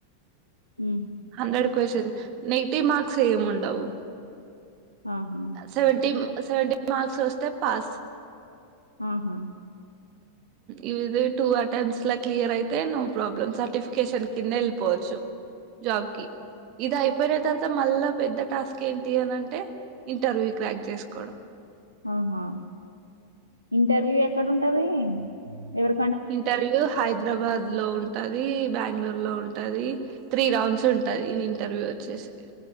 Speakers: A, on the left (about 85°); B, on the right (about 40°).
A: ఉ
B: హండ్రెడ్ క్వ్చన్ నెగిటి మార్క్స్ ఏమి ఉండవు
A: ఆహా
B: సెవెంటీ మార్క్స్ వస్తతే పాస్
A: ఆహా
B: ఇవి టూ అటెంప్ట్స్ క్లియర్ అయితే నో ప్రాబ్లమ్ సర్టిఫికేషన్ కింద వెళ్ళిపోవచ్చు జాబ్ కి ఇది అయిపోయిన తర్వాత మళ్ళా పెద్ద టాస్క్ ఏంటి అనింటే ఇంటర్వ్యూ క్రాక్ చేసుకోవడం
A: ఆహా ఇంటర్వ్యూ ఎక్కడ ఉంటది ఎవరి
B: ఇంటర్వ్యూ హైదరాబాద్లో ఉంటుంది బెంగళూరులో ఉంటుంది త్రీ రౌండ్స్ ఉంటుంది ఇంటర్వ్యూ వచ్చేసి